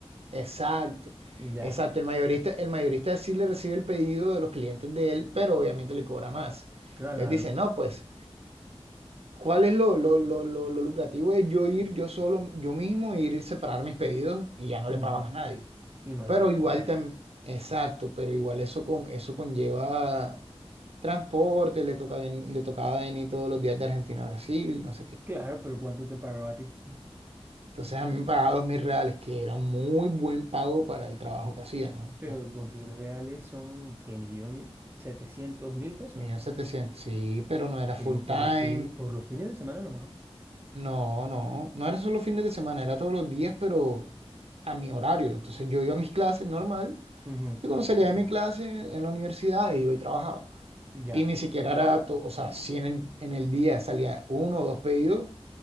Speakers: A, on the right; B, on the right.
A: Exacto,
B: Ya,
A: exacto. El mayorista, el mayorista sí le recibe el pedido de los clientes de él, pero obviamente le cobra más.
B: claro.
A: Entonces dice, no, pues, ¿cuál es lo, lo, lo, lo, lo lucrativo de yo ir yo solo, yo mismo, ir y separar mis pedidos y ya no
B: ujú,
A: le paga más nadie?
B: Y no
A: Pero
B: le pagaba
A: igual
B: a nadie.
A: también, exacto, pero igual eso, con, eso conlleva transporte, le toca, ven- le tocaba venir todos los días de Argentina a Brasil, no sé qué.
B: Claro, pero ¿cuánto te pagaba a ti?
A: Entonces a mí me pagaba dos mil reales, que era muy buen pago para el trabajo que hacía, ¿no?
B: Pero dos mil reales son que millón setecientos mil pesos.
A: mil setecientos sí, pero no era full
B: Pero
A: time,
B: por los fines, por los fines de semana nomás.
A: no, no, no era solo fines de semana, era todos los días, pero a mi horario. Entonces yo iba a mis clases normal
B: Ujú,
A: y cuando salía de mi clase en la universidad iba y trabajaba.
B: Ya.
A: Y ni siquiera era, to- o sea, si en el, en el día salía uno o dos pedidos,